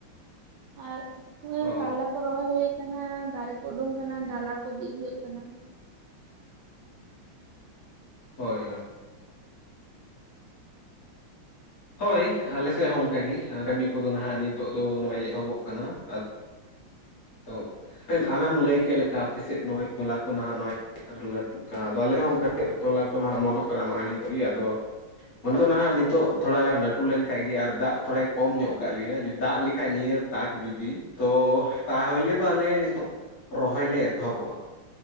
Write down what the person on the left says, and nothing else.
ᱚ
ᱦᱳᱭ ᱦᱳᱭ ᱾ ᱦᱳᱭ, ᱟᱞᱮ ᱥᱮᱜ ᱦᱚᱸ ᱚᱱᱠᱟᱜ ᱜᱮ ᱠᱟᱹᱢᱤ ᱠᱚᱫᱚ ᱱᱟᱦᱟᱜ ᱱᱤᱛᱚᱜ ᱫᱚ ᱱᱚᱜᱼᱚᱭ ᱮᱛᱚᱦᱚᱵᱚᱜ ᱠᱟᱱᱟ ᱾ ᱚ ᱟ ᱟᱢᱮᱢ ᱞᱟᱹᱭ ᱠᱮᱜ ᱞᱮᱠᱟ ᱟᱯᱮ ᱥᱮᱫ ᱱᱚᱜᱼᱚᱭ ᱦᱚᱞᱟ ᱠᱚ ᱱᱟᱦᱟᱜ ᱱᱚᱜᱼᱚᱭ ᱞᱟᱹᱴᱩ ᱠᱟᱸ ᱟᱫᱚ ᱟᱞᱮᱦᱚᱸ ᱚᱱᱠᱟᱜᱮ ᱛᱚᱞᱟ ᱠᱚ ᱱᱟᱦᱟᱸᱜ ᱢᱚᱱᱚᱜ ᱠᱟᱱᱟ ᱱᱚᱜᱼᱚᱭ ᱱᱤᱛᱜᱮ ᱟᱫᱚ ᱾ ᱵᱚᱱᱫᱷᱩ ᱱᱟᱦᱟᱜ ᱱᱤᱛᱚᱜ ᱛᱷᱚᱲᱟ ᱜᱟᱱ ᱞᱟᱹᱴᱩ ᱞᱮᱱᱠᱷᱟᱡ ᱜᱮ ᱟᱨ ᱫᱟᱜ ᱛᱷᱚᱲᱟᱭ ᱠᱚᱢ ᱧᱚᱜ ᱟᱠᱟᱫ ᱞᱮᱭᱟ ᱫᱟᱜ ᱞᱮᱠᱷᱟᱡ ᱱᱤᱭᱟᱹ ᱛᱟᱠ ᱡᱩᱫᱤ ᱛᱚ ᱛᱟᱦᱚᱞᱮ ᱫᱚ ᱟᱞᱮ ᱱᱤᱛᱚᱜ ᱨᱚᱦᱚᱭ ᱞᱮ ᱮᱛᱚᱦᱚᱵᱚᱜᱼᱟ ᱾